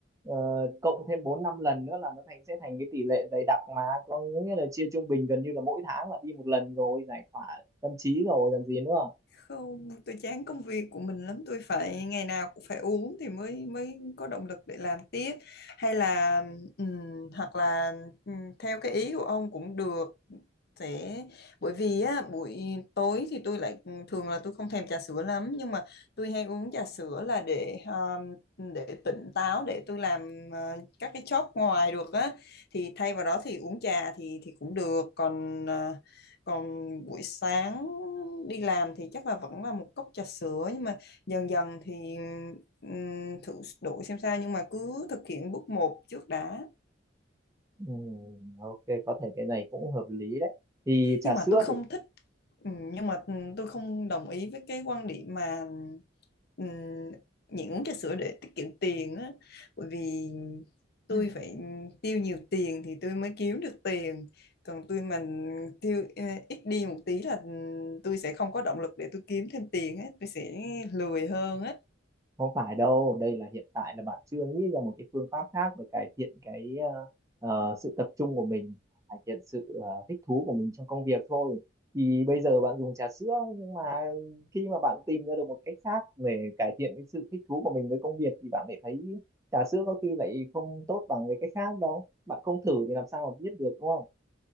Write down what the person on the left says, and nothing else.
Không, tôi chán công việc của mình lắm, tôi phải ngày nào cũng phải uống thì mới mới có động lực để làm tiếp hay là ừm, hoặc là ừm, theo cái ý của ông cũng được. Sẽ bởi vì á buổi tối thì tôi lại thường là tôi không thèm trà sữa lắm nhưng mà tôi hay uống trà sữa là để um, để tỉnh táo để tôi làm ờ, các cái job ngoài được á thì thay vào đó thì uống trà thì thì cũng được còn ờ, còn buổi sáng đi làm thì chắc là vẫn là một cốc trà sữa nhưng mà dần dần thì ừm, thử đổi xem sao nhưng mà cứ thực hiện bước một trước đã
nhưng mà
tôi không
thích ừ, nhưng mà ừ, tôi không đồng ý với cái quan điểm mà ừ, nhịn uống trà sữa để tiết kiệm tiền á bởi vì tôi
phải tiêu nhiều tiền thì tôi mới kiếm được tiền còn tôi mà tiêu ờ, ít đi một tí là ừ, tôi sẽ không có động lực để tôi kiếm thêm tiền á tôi sẽ lười hơn á